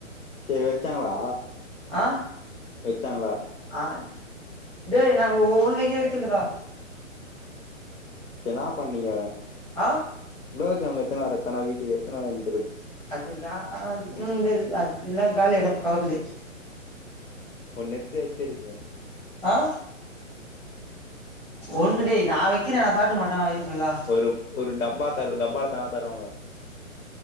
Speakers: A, on the left; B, in the centre.
A: சரி வச்சாங்களா
B: ஆஹ்
A: வச்சாங்களா
B: ஆ டேய் நாங்க ஓன் வக வக்கிதுல்லடா
A: என்னா பண்ணீங்க
B: ஆ
A: குலோ ஜாமன் எதுன்னு வரத்தான வீட்டுக்கு எடுத்துனு
B: அதுதான் ஆஹ் ஆ ம் அது எல்லாம் காளியாய்டும் காலே
A: ஒன்னு எத்து வெச்சுறது
B: ஆஹ ஒண்ணு டே நான் வக்கிறேன் நான் சாப்பிட மாட்ட வருயிப்ல்லா
A: ஒரு ஒரு டப்பா தரு தப்பால தானா தருவாங்க